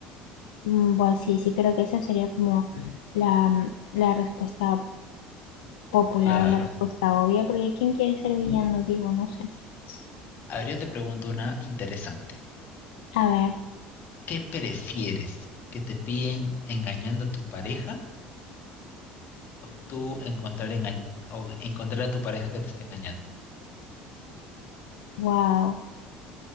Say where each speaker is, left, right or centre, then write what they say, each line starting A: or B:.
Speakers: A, on the left (about 75°); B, on the left (about 50°).
A: mm, bueno, sí, sí, creo que esa sería como la, mm, la respuesta popular
B: Claro.
A: o la respuesta obvia, porque ¿quién quiere ser villano? Digo, no sé.
B: sí. A ver, yo te pregunto una interesante.
A: A ver,
B: ¿Qué prefieres? ¿Que te piden engañando a tu pareja o tú encontrar, enga- o encontrar a tu pareja que te está engañando?
A: wow.